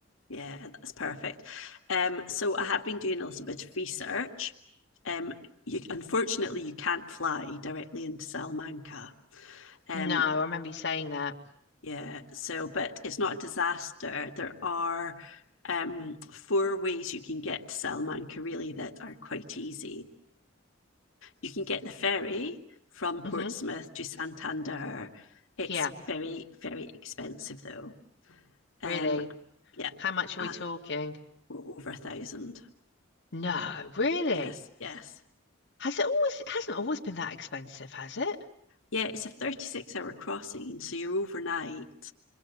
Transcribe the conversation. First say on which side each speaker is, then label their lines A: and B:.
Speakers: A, on the left; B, on the left.
A: Yeah, that's perfect. Um, so I have been doing a little bit of research. Um, you, unfortunately, you can't fly directly into Salamanca. Um,
B: No, I remember you saying that.
A: Yeah, so but it's not a disaster. There are um, four ways you can get to Salamanca really that are quite easy. You can get the ferry from Portsmouth
B: hmm
A: to Santander. It's
B: Yeah,
A: very, very expensive though. Um,
B: really.
A: yeah,
B: How much are
A: uh,
B: we talking?
A: over a thousand.
B: No, really.
A: Yes, yes.
B: Has it always it hasn't always been that expensive, has it?
A: Yeah, it's a 36 hour crossing, so you're overnight.